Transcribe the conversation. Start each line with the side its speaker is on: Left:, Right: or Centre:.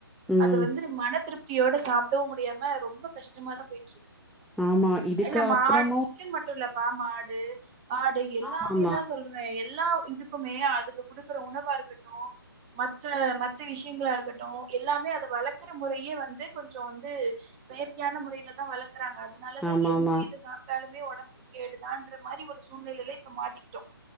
Centre: ம்
Right: அது வந்து மன திருப் த்தியோட சாப்டவு முடியாம ரொம்ப கஷ்டமா தா போயிட்டு இருக்கு
Centre: ஆமா இதுக்கு
Right: இல்ல மாடு
Centre: அப்புறமு
Right: சிக்கன் மட்டு இல்லப்பா மாடு ஆடு எல்லாமே
Centre: ஆமாமா
Right: தா சொல் ற எல்லா இதுக்குமே அதுக்கு குடுக்குற உணவா இருக்க மத்த மத்த விஷயங்களா இருக்கட்டு எல்லாமே அத வளக்குற முறையே வந்து கொஞ்சோ வந்து செயற்கையான முறைல தா வளக்குறாங்க அதனாலதா
Centre: ஆமாமா
Right: எந்த இத சா ப்டாலுமே ஒடம்புக்கு கேடுதான்ற மாரி ஒரு சூழ்நிலைல இப்ப மாட்டிக்கிட்டோ